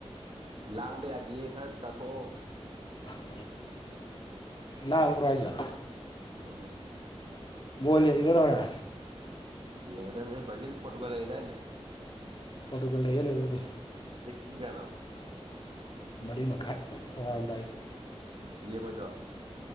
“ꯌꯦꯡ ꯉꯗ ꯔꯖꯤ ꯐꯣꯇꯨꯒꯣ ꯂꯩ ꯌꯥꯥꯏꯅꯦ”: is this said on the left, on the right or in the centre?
Right